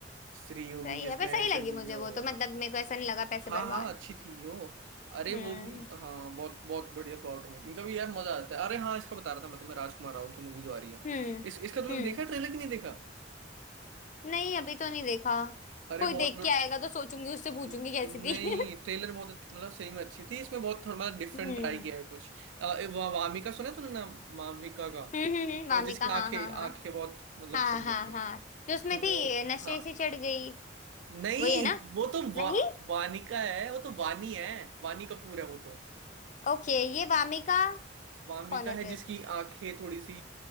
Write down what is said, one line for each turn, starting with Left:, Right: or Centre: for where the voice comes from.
Right: स्त्री होगी
Left: सही
Right: जिसमें
Left: है पर सही
Right: फिर
Left: लगी
Right: बिल्डिया
Left: मुझे
Right: होगा
Left: वो तो मतलब मेरे को ऐसा नहीं लगा पैसे
Right: हाँ
Left: बर्बाद
Right: हाँ अच्छी थी वो अरे
Left: हम्म
Right: वो भी हाँ बहुत बहुत बढ़िया प्लॉट है इनका भी यार मजा आता है अरे हाँ इसका बता रहा था मैं तुम्हें राजकुमार राव की मूवी जो आ रही है
Left: हम्म
Right: इस इसका तुमने
Left: हम्म
Right: देखा ट्रेलर कि नहीं देखा
Left: नहीं अभी तो नहीं देखा
Right: अरे
Left: कोई
Right: बहुत
Left: देख
Right: बड़...
Left: के आएगा तो सोचूंगी उससे पूछूंगी
Right: नहीं
Left: कैसी थी <laughs>
Right: ट्रेलर बहुत अच्छ- मतलब सही में अच्छी थी इसमें बहुत थोड़ा डिफरेंट
Left: हम्म
Right: ट्राई किया है कुछ अ, ए, वा, वामिका सुना है तूने नाम वामिका का
Left: हम्म हम्म, हम्म,
Right: तो
Left: वामिका
Right: जिसकी
Left: हाँ
Right: आंखें
Left: हाँ हाँ
Right: आंखें बहुत मतलब
Left: हाँ
Right: सुंदर
Left: हाँ
Right: थी
Left: हाँ जो उसमें
Right: तो
Left: थी
Right: वो
Left: ये नशे
Right: हाँ
Left: से चढ़ गई
Right: नहीं
Left: वही है ना
Right: वो तो वा,
Left: नहीं
Right: वानिका है वो तो वानी है वानी कपूर है वो तो
Left: ओके ये वामिका
Right: वामिका
Left: कौन है
Right: है
Left: फिर
Right: जिसकी आंखें थोड़ी सी